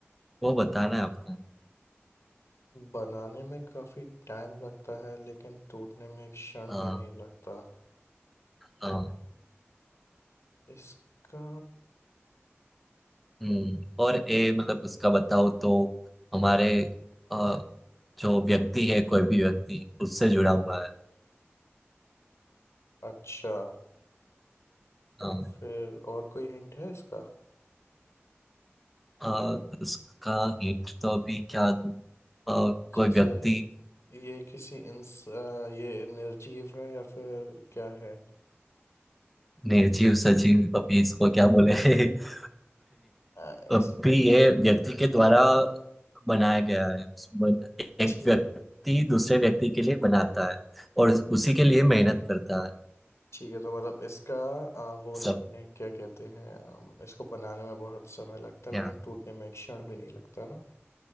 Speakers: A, in the centre; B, on the left.
A: वो बताना है आपको
B: बनाने में काफी टाइम लगता है लेकिन टूटने में एक क्षण
A: हाँ
B: भी नहीं लगता
A: हाँ
B: इसका
A: हम्म और ए मतलब उसका बताओ तो हमारे अ, जो व्यक्ति है कोई भी व्यक्ति उससे जुड़ा हुआ है
B: अच्छा तो
A: हाँ
B: फिर और कोई हिंट है इसका
A: अ, उसका हिंट तो अभी क्या दूं? अ, कोई
B: जैसे
A: व्यक्ति
B: ये किसी इंस अ, ये निर्जीव है या फिर क्या है
A: निर्जीव सजीव अभी इसको क्या बोले <laughs>
B: अ, इस
A: अभी ये व्यक्ति के द्वारा बनाया गया है एक
B: ठीक
A: व्यक्ति दूसरे व्यक्ति के लिए बनाता है और उसी के लिए मेहनत करता है
B: ठीक है तो मतलब इसका अ, वो
A: सब
B: नहीं है क्या कहते हैं अम, इसको बनाने में बहुत समय लगता है
A: क्या
B: लेकिन टूटने में एक क्षण भी नहीं लगता ना